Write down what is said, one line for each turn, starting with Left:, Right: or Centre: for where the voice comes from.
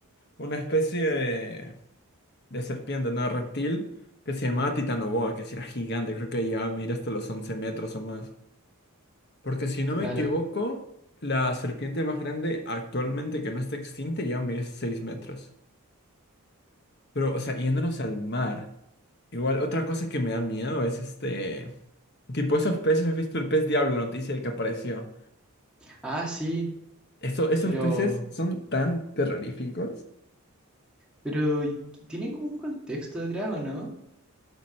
Left: Una especie de, de serpiente, no de reptil, que se llamaba Titanoboa, que sí era gigante, creo que llegaba a medir hasta los 11 metros o más. Porque si no
Centre: Claro.
Left: me equivoco, la serpiente más grande actualmente que no está extinta ya mide 6 metros. Pero, o sea, yéndonos al mar. Igual, otra cosa que me da miedo es este... Tipo, esos peces, ¿has visto el pez diablo, la noticia que apareció?
Centre: Ah, sí,
Left: Eso, esos
Centre: pero,
Left: peces son tan terroríficos.
Centre: pero y- tienen como un contexto detrás, ¿o no?